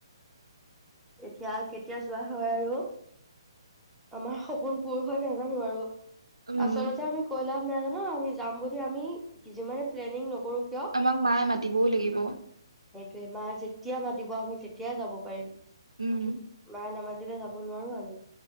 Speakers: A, in the centre; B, on the right (about 85°).
A: এতিয়া কেতিয়া যোৱা হয় আৰু আমাৰ সপোন পূৰ হয় নাজানো আৰু
B: উম
A: আচলতে আমি কৈলা নজানো আমি যাম বুলি আমি কিছুমান প্লেনিং নকৰো কিয়
B: আমাক মায়ে মাতিবও লাগিব
A: সেইটোয়ে মায়ে যেতিয়া মাতিব আমি তেতিয়া যাব পাৰিম
B: উম
A: মায়ে নামাতিলে যাব নোৱাৰো আৰু উম